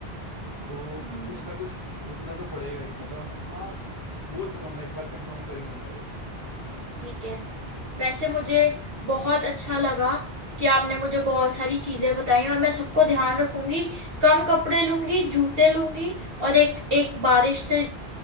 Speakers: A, on the left; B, on the right.
A: तो
B: हम्म
A: कुछ ना कुछ रुकना तो पड़ेगा ही मतलब मैं हाँ बोल दूंगा मैं एक बार कंफर्म कर ही दूंगा ये
B: ठीक है वैसे मुझे बहुत अच्छा लगा कि आपने मुझे बहुत सारी चीजें बताई और मैं सबको ध्यान रखूंगी कम कपड़े लूंगी जूते लूंगी और एक एक बारिश से